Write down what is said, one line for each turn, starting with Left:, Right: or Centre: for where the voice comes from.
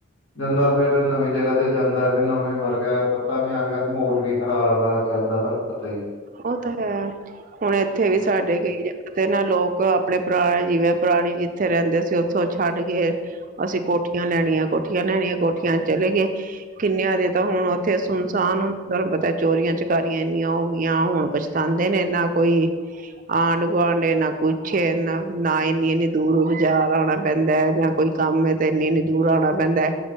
Left: ਜਾਂਦਾ ਫੇਰ ਨਵੀਂ ਜਗ੍ਹਾ ਤੇ ਜਾਂਦਾ ਫੇਰ ਨਵੇਂ ਵਰਗਾ ਐ, ਪਤਾ ਨੀ ਅੱਜ-ਕੱਲ ਮੋਹਲ ਵੀ ਖਰਾਬ ਐ ਅੱਜ-ਕੱਲ ਦਾ ਤੁਆਨੂੰ ਪਤਾ ਈ ਐ।
Right: ਓ ਤਾਂ ਹੈ ਹੁਣ ਏਥੇ ਵੀ ਸਾਡੇ ਕਈ ਜ ਤੇ ਨਾ ਲੋਕ ਆਪਣੇ ਪੁਰਾਣੇ ਜਿਵੇਂ ਪੁਰਾਣੀ ਜਿੱਥੇ ਰੈਂਦੇ ਸੀ ਓਥੋਂ ਛੱਡ ਕੇ ਅਸੀਂ ਕੋਠੀਆਂ ਲੈਣੀਆਂ, ਕੋਠੀਆਂ ਲੈਣੀਆਂ ਕੋਠੀਆਂ 'ਚ ਚਲੇ ਗਏ ਕਿੰਨਿਆਂ ਦੇ ਤਾਂ ਹੁਣ ਏਥੇ ਸੁਨਸਾਨ ਹੂਨ ਤੁਆਨੁ ਪਤਾ ਚੋਰੀਆਂ ਚਕਾਰੀਆਂ ਇੰਨੀਆਂ ਹੋਗ ਗਿਆਂ ਹੁਣ ਪਛਤਾਾਂਂਦੇ ਨੇ, ਨਾ ਕੋਈ ਆਂਢ ਗੁਆਂਢ ਏ ਨਾ ਕੋਈ ਪਿੱਛੇ ਏਨਾਂ, ਨਾ ਇੰਨੀ ਇਨੀ ਦੂਰੋਂ ਬਾਜ਼ਾਰ ਆਣਾ ਪੈਂਦਾ ਐ ਯਾ ਕੋਈ ਕੰਮ ਤੇ ਇੰਨੀ ਇੰਨੀ ਦੂਰ ਆਣਾ ਪੈਂਦਾ ਐ।